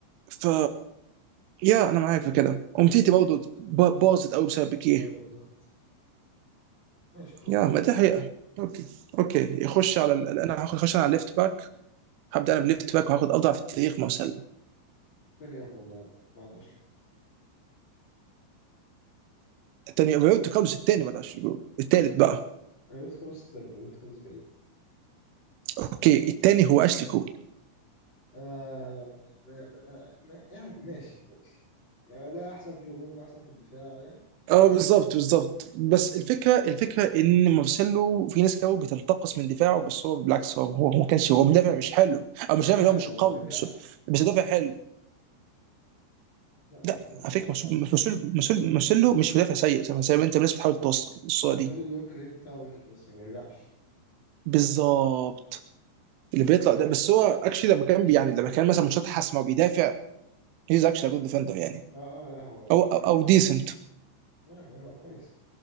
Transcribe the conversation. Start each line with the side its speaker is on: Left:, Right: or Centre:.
Right: ف يا انا معاك في كده امتيتي برضه ب-
Left: أمتيتي
Right: باظت قوي
Left: برضه
Right: بسبب بيكيه
Left: أيوه بالظبط ماشي خلاص
Right: يا
Left: جوتن
Right: ما دي حقيقة
Left: مشت
Right: اوكي اوكي يخش على ال... انا هاخد هخش انا على الليفت باك هبدا انا بليفت باك وهاخد اضعف التاريخ ما وصل
Left: تاني أفضل لاعب بعد أشلي كول.
Right: الثاني روبرتو كارلوس الثاني بعد 10 شهور الثالث بقى
Left: روبرت كارلوس التالت روبرت كارلوس بعيد
Right: اوكي الثاني هو اشلي كول
Left: آه ما ما ما ما يعني ماشي ماشي يعني ده أحسن في الهجوم وده أحسن في الدفاع يعني ماشي
Right: اه بالظبط بالظبط بس الفكره الفكره ان مارسيلو في ناس كتير بتنتقص من دفاعه بس هو بالعكس هو هو هو ما كانش هو مدافع مش حلو او
Left: مدافع
Right: مش مدافع
Left: حلو
Right: اللي هو مش
Left: هو
Right: قوي
Left: ما بيرجعش
Right: بس هو- بس مدافع حلو
Left: لا مار-
Right: لا
Left: مارسيل
Right: على فكره مارسيلو
Left: مارس
Right: مارسيلو مارسيلو مش مدافع سيء زي ما زي ما انت الناس بتحاول توصل الصوره
Left: مارسيلو
Right: دي
Left: الورك ريت بتاعه وحش بس ما بيرجعش
Right: بالظبط اللي بيطلع ده بس هو اكشلي لما كان بي- يعني لما كان مثلا ماتشات حاسمه وبيدافع هيز اكشلي جود ديفندر يعني
Left: اه اه لا هو
Right: او
Left: هو
Right: او,
Left: مدافع
Right: أو
Left: كويس
Right: ديسنت
Left: يعني هو كويس